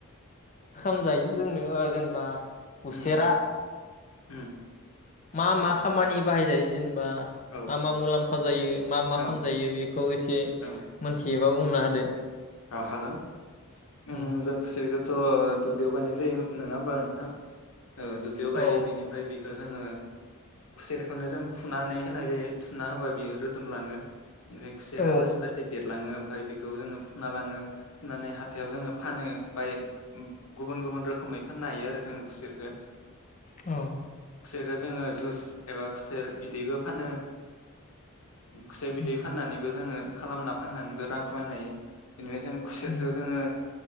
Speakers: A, on the left; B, on the left.
A: खामजायो जोंनो जेनेबा खुसेेरा
B: उम उम
A: मा मा खामानि बाहायजायो जोंनि मा
B: औ
A: मा मुलाम्फा जायो मा मा
B: औ
A: खालामायो बेखौ एसे
B: औ
A: मोनथियो। माबा बुंना होदो
B: औ हागोन ओं
A: उम
B: जों खुसेर <unintelligible> थ' दुब्लियाव गायनाय जायोमोन नङा होमबा नोंथां? ओ दुब्लियाव गायो
A: औ
B: बेनिफ्राय <unintelligible> <unintelligible> जोङो खुसेरखौनो जों थुनानै होनाय जायो थुना होबा बियो रोदोमलाङो। ओमफ्राय खुसेरा
A: औ
B: लासै लासै देरलाङो। ओमफ्राय बिखौ जोङो फुना लाङो फुनानै हाथायाव जोङो फानो बाय गुबुन गुबुन रोखोमै फाननो हायो आरो जोङो खुसेरखो
A: औ
B: खुसेरखौ जोङो जुइस एबा खुसेर बिदैबो फानो। खुसेर बिदै
A: उम
B: फाननानैबो जोंङो खालामना फाननानैबो रां खामायनो हायो। बेनिफ्राय जों खुसेरखौ
A: उम
B: जोंङो